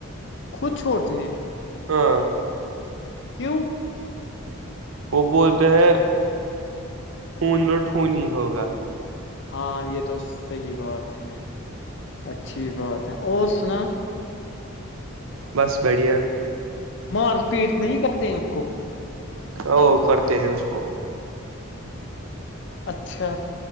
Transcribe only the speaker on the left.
خود چھوڑتے ہیں
کیوں
ہاں یہ تو صحی بات ہے اچھی بات ہے اور سنا
مار پیٹ نہیں کرتے اس کو
اچھا